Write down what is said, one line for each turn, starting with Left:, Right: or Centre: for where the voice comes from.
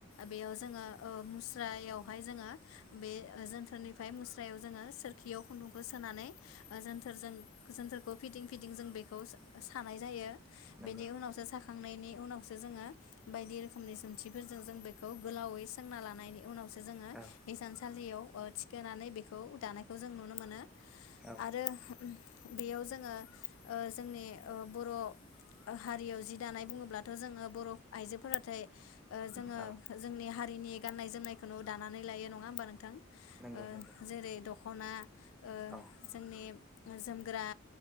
Left: बेयाव जोङो ओ मुस्रायावहाय जोङो बे जोनथोरनिफ्राय मुस्रायाव जोङो सोरखियाव खुन्दुंखौ सोनानै ओ जोनथोरजों गोजोनफोरखौ फिदिं फिदिं जों बेखौ सानाय जायो
Centre: नंगौ
Left: बिनि उनावसो साखांनायनि उनावसो जोङो बायदि रोखोमनि जन्थिफोरजों जों बेखौ गोलावै सोंना लानायनि उनाव सु जोङो
Centre: औ
Left: हसानसालियाव ओ थिखोनानै बेखौ दानायखौ जों नुनो मोनो
Centre: औ
Left: आरो बेयाव जोङो ओ जोंनि ओ बर' हारियाव जि दानाय बुङोब्लाथ' जोङो बर' आइजोफोराथाय ओ जोङो
Centre: औ
Left: जोंनि हारिनि गाननाय जोमनायखौनो दानानै लायो नङा होमबा नोंथां
Centre: नंगौ
Left: ओ
Centre: नंगौ
Left: जेरै दख'ना ओ
Centre: औ
Left: जोंनि जोमग्रा